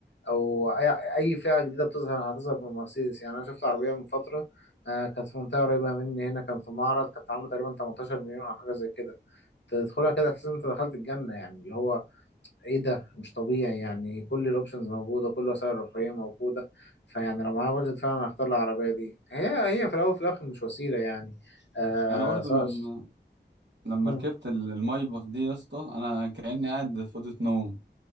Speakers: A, on the left; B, on the right.
A: او اي اي فئه جديده بتظهر هتظهر بالمرسيدس يعني انا شفت عربيه من فتره آه، كانت في منطقه قريبه مني هنا كان في معرض كانت عامله تقريبا 18 مليون او حاجه زي كده تدخلها كده تحس ان انت دخلت الجنه يعني اللي هو ايه ده مش طبيعي يعني كل الاوبشنز موجوده كل وسائل الرفاهيه موجوده فيعني لو معايا بادجت فعلا هختار العربيه دي هي هي في الاول وفي الاخر مش وسيله يعني آه
B: أنا برضو
A: سواء
B: لما لما
A: مم.
B: ركبت ال- المايباخ دي يا اسطى أنا كأني قاعد في أوضة نوم